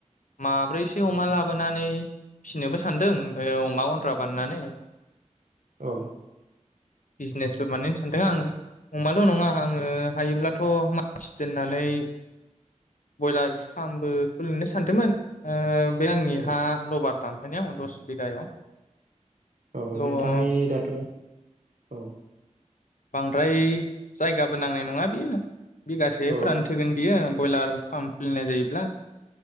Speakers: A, on the left; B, on the right.
A: माब्रैसो अमा लाबोनानै फिसिनोबो सानदों अमा गनन्द्रा बाननानै।
B: औ
A: बिजनेसबो बानायनो सानदों आंङो अमाल नंङा आं आंङो हायोब्लाथ मानसि दोननानै बयलार फार्मबो खुलिनो सानदोंमोन ओ बे आंनिहा
B: औ
A: लबार दान ओंखायनो आं दस बिगायाव
B: औ
A: ल
B: नोंथांनि दाथ औ
A: बांद्राय जायगा जेबो नांनाय नंङा बियो बिगासे
B: औ
A: फोरानो थोगोन बियो बयलार फार्म खुलिनाय जायोब्ला